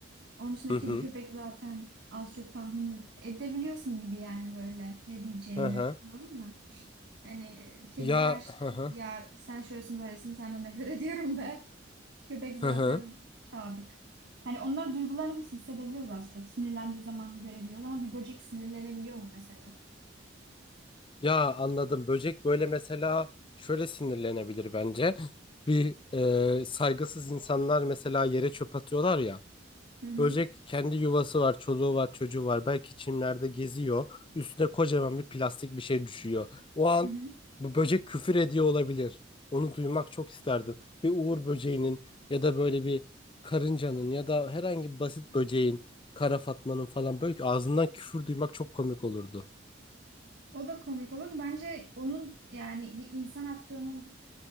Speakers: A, on the right; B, on the left.
A: Onun dışında
B: Hı hı.
A: kedi köpek zaten az çok tahmin edebiliyorsun gibi yani böyle ne diyeceğini.
B: Hı hı.
A: Anladın mı? Hani kedi
B: Ya
A: der işte
B: hı hı.
A: ya sen şöylesin böylesin senden nefret ediyorum <laughs> der. Köpek zaten
B: Hı hı.
A: sadık. Hani onlar duygularını biz hissedebiliyoruz az çok. Sinirlendiği zaman görebiliyoruz ama bir böcek sinirlenebiliyor mu mesela?
B: Ya anladım. Böcek böyle mesela şöyle sinirlenebilir bence. Bir e, saygısız insanlar mesela yere çöp atıyorlar ya.
A: Hı hı.
B: Böcek kendi yuvası var, çoluğu var, çocuğu var. Belki çimlerde geziyor. Üstüne kocaman bir plastik bir şey düşüyor. O an
A: Hı hı.
B: bu böcek küfür ediyor olabilir. Onu duymak çok isterdim. Bir uğur böceğinin ya da böyle bir karıncanın ya da herhangi bir basit böceğin, kara fatmanın falan böyle ağzından küfür duymak çok komik olurdu.
A: O da komik olurdu. Bence onun yani bir insan attığının